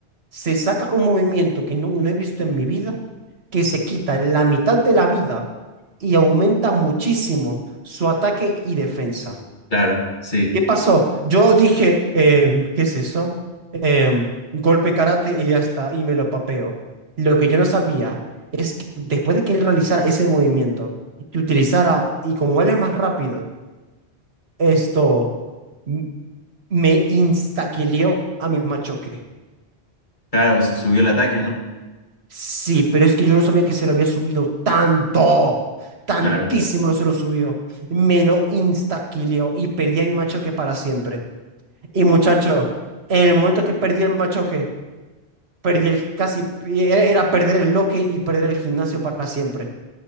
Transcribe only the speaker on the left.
Claro, sí.
Claro, se subió el ataque, ¿no?
Claro.